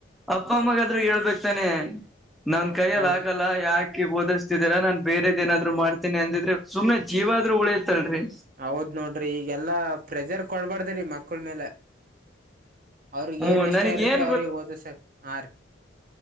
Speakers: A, in the centre; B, on the right.
A: ಅಪ್ಪ ಅಮ್ಮಗೆಾದ್ರೂ ಹೇಳ್ಬೇಕು.. ತನೆ ನನ್ ಕೈಯಲ್ಲಿ
B: ಹೌದ್
A: ಆಗಲ್ಲ ಯಾಕೆ.. ಓದಿಸ್ತಿದೀರಾ ನಾನ್ ಬೇರೆದ್ೇನಾದ್ರು ಮಾಡ್ತೀನಿ ಅಂದಿದ್ರೆ ಸುಮ್ಮನೆ ಜೀವ ಆದ್ರರು ಉಳಿಯತ್ತಲ್ರರಿ.
B: ಹೌದ್ ನೋಡ್ರಿ ಈಗೆಲ್ಲಾ ಪ್ರೆಜರ್ ಕೊಡ್ಬಾರ್ದ್ರಿ ಮಕ್. ಮಕ್ಕಳ ಮೇಲೆ ಅವ್ರಿಗೆ
A: ಹ್ಮ್
B: ಏನ್ ಇಷ್ಟ
A: ನನಗ್
B: ಇರುತ್ತೆ
A: ಏನ್
B: ಅವ್ರಗ್
A: ಗೊತ್ತ
B: ಓದ ಸಾ ಹಾ ರೀ.